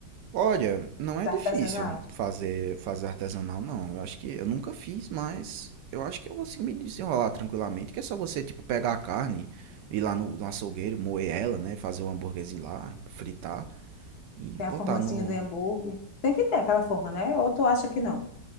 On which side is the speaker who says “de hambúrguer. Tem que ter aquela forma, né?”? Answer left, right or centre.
Left